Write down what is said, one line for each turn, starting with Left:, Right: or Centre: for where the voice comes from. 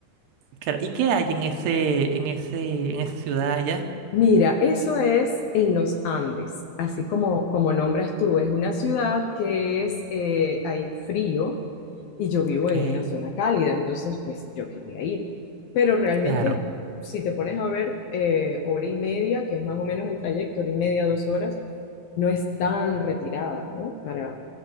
Right: Claro. ¿Y qué hay en ese, en ese, en esa ciudad allá?
Left: Mira, eso es en los Andes, así como, como nombras tú, es una ciudad que es, eh, hay frío y yo vivo
Right: Ok.
Left: en una zona cálida, entonces pues yo quería ir. Pero realmente,
Right: Claro.
Left: si te pones a ver, eh, hora y media, que es más o menos el trayecto, hora y media, dos horas, no es tan retirada, ¿no? Para,